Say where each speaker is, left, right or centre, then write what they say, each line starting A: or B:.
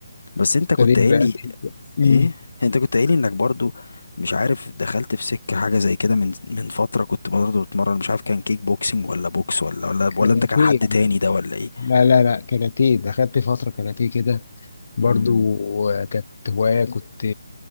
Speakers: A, on the left (about 80°); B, on the left (about 50°).
A: بس أنت كنت
B: ابتديت
A: قايل
B: بأكل
A: لي
B: امم
A: ايه انت كنت قايل انك برضو مش عارف دخلت في سكة حاجة زي كده من من فترة كنت برضو بتمرن مش عارف كان كيك بوكسينج ولا بوكس ولا ولا
B: كاراتيه
A: ولا انت كان حد
B: يعني
A: تاني ده ولا ايه
B: لا لا لا كاراتيه دخلت فترة كاراتيه كده برضو
A: امم
B: كانت هواية كنت